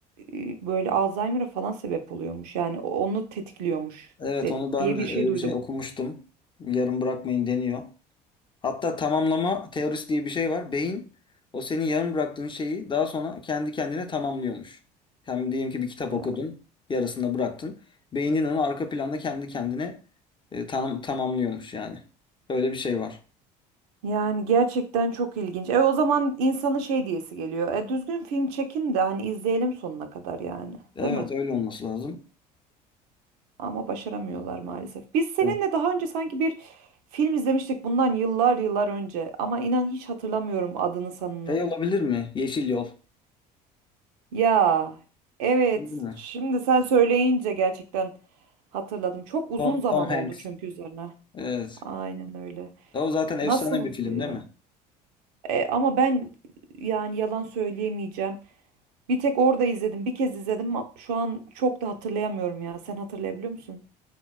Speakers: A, on the right (about 70°); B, on the left (about 25°).
A: e, böyle Alzheimer'a falan sebep oluyormuş. Yani onu tetikliyormuş
B: Evet
A: de-
B: onu ben
A: diye
B: de
A: bir
B: öyle
A: şey duydum.
B: bir şey okumuştum. Yarım bırakmayın deniyor. Hatta tamamlama teorisi diye bir şey var. Beyin o senin yarım bıraktığın şeyi daha sonra kendi kendine tamamlıyormuş. Yani diyelim ki bir kitap
A: Ya-
B: okudun, yarısında bıraktın. Beynin onu arka planda kendi kendine e, tam, tamamlıyormuş yani. Öyle bir şey var.
A: Yani gerçekten çok ilginç. E o zaman insanın şey diyesi geliyor. E düzgün film çekin de hani izleyelim sonuna kadar yani,
B: Evet
A: değil mi?
B: öyle olması lazım.
A: Ama başaramıyorlar maalesef. Biz seninle
B: Evet.
A: daha önce sanki bir film izlemiştik bundan yıllar yıllar önce ama inan hiç hatırlamıyorum adını sanını.
B: Şey olabilir mi? Yeşil Yol.
A: Ya evet
B: Olabilir mi?
A: şimdi sen söyleyince gerçekten hatırladım. Çok uzun
B: Tom,
A: zaman
B: Tom Hanks.
A: oldu çünkü üzerine.
B: Evet.
A: Aynen öyle.
B: O zaten efsane
A: Nasıldı
B: bir film
A: ya?
B: değil mi?
A: E, ama ben yani yalan söyleyemeyeceğim. Bir tek orada izledim. Bir kez izledim. ama Şu an çok da hatırlayamıyorum ya. Sen hatırlayabiliyor musun?